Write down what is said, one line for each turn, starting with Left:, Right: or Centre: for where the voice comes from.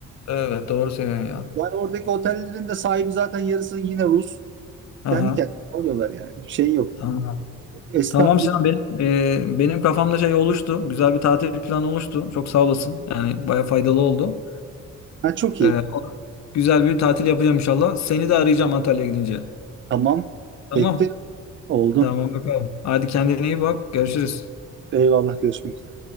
Left: Evet, doğru söylüyorsun ya.
Right: Yani oradaki otellerin de sahibi zaten yarısı yine Rus.
Left: Aha.
Right: Kendi kendine alıyorlar yani. Şey yok.
Left: Tamam.
Right: Esnaf
Left: Tamam
Right: bizden
Left: Sinan benim e, benim kafamda şey oluştu. Güzel bir tatil planı oluştu. Çok sağ olasın. Yani baya faydalı oldu.
Right: ha, çok iyi.
Left: E, güzel bir tatil yapacağım inşallah. Seni de arayacağım Antalya'ya gidince.
Right: Tamam.
Left: Tamam.
Right: Bekle. Oldu.
Left: Tamam bakalım. Hadi kendine iyi bak. Görüşürüz.
Right: Eyvallah. Görüşmek üzere.